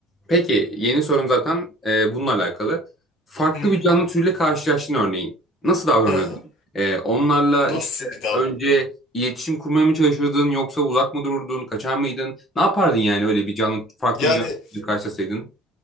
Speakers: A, on the left; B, on the left.
A: Peki yeni sorum zaten e, bununla alakalı. Farklı
B: Hmm,
A: bir canlı türüyle karşılaştın örneğin. Nasıl davranırdın?
B: ha,
A: E, onlarla
B: nasıl
A: işte
B: bir davranış
A: önce iletişim kurmaya mı çalışırdın yoksa uzak mı dururdun? Kaçar mıydın? Ne yapardın yani öyle bir canlı farklı
B: Yani
A: bir canlı türüyle karşılaşsaydın?